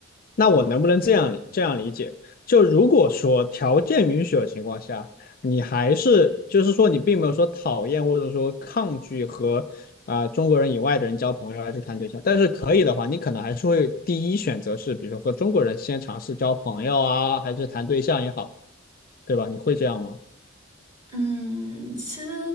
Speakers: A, on the left; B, on the right.
A: 那我能不能这样理这样理解？就如果说条件允许的情况下，你还是就是说你并没有说讨厌或者说抗拒和啊、中国人以外的人交朋友还是谈对象，但是可以的话，你可能还是会第一选择是，比如说和中国人先尝试交朋友啊，还是谈对象也好，对吧？你会这样吗？
B: 嗯，其实